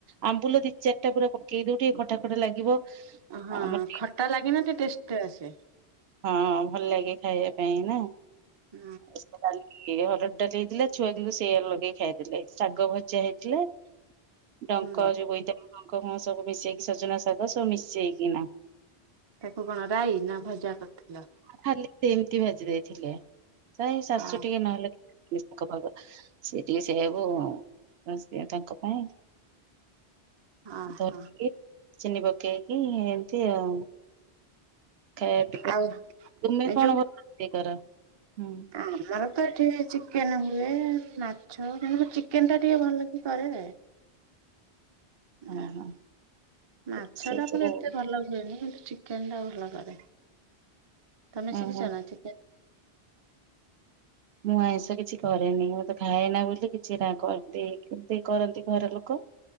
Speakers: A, on the right (about 70°); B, on the right (about 40°).
A: ଆମ୍ବୁଲ ଦି ଚାରିଟା ପୁରା ପକେଇ ଦୋଉ ଟିକେ ଖଟା ଖଟା ଲାଗିବ।
B: ଅହଁ
A: ଆମର
B: ଖଟା ଲାଗିନେ ଟିକେ ଟେଷ୍ଟ ଆସେ।
A: ହଁ ଭଲଲାଗେ ଖାଇବା ପାଇଁ ନା।
B: ଓ
A: ଇଏ ହରଡ଼ ଡାଲି ହେଇଥିଲା ଛୁଆ କିନ୍ତୁ ସେଇଆ ଲଗେଇ ଖାଇଦେଲେ ଶାଗ ଭଜା ହେଇଥିଲା। ଡଙ୍କ
B: ହୁଁ
A: ଯୋଉ ବୋଇତାଳୁ ଡଙ୍କ ଫଙ୍କ ସବୁ ମିଶେଇକି ସଜନା ଶାଗ ସବୁ ମିଶେଇକିନା।
B: ତାକୁ କଣ ରାଇ ନା ଭଜା କରିଥିଲ।
A: ଖାଲି ସେମତି ଭାଜି ଦେଇଥିଲେ ଏଇ ଶାଶୁ
B: ଅ
A: ଟିକେ ନହେଲେ ନିସ୍ ଖପର ସେ ଟିକେ ସେୟାକୁ ତାଙ୍କ ପାଇଁ
B: ହଁ
A: ଧରିକି ଚିନି ପକେଇକି ଏମତି ଆଉ। ଖାଇବା ପିଇବା
B: ଆଉ
A: ତୁମେ
B: ଏ
A: କଣ
B: ଯୋଉ
A: ଭ କର ହୁଁ?
B: ଆମର ତ ଏଠି ଚିକେନ ହୁଏ ମା ଆଛ ମେ ମୁଁ ଚିକେନଟା ଟିକେ ଭଲକି କରେ।
A: ହଁ
B: ଆଉ
A: ହଁ
B: ମାଛ
A: ରୋଷେଇ
B: ଟା <unintelligible>
A: ସବୁ
B: ଏତେ ଭଲ ହୁଏନିୁ। ଚିକେନ୍ ଟା ଭଲ କରେ ତମେ
A: ଓହୋ।
B: ଶିଖିଚ ନା ଚିକେନ୍।
A: ମୁଁ ଆଇଁଷ କିଛି କରେନି ମୁଁତେ ଖାଏନା ବୋଲି କିଛି ନା କରନ୍ତି କେମିତି କରନ୍ତି ଘର ଲୋକ।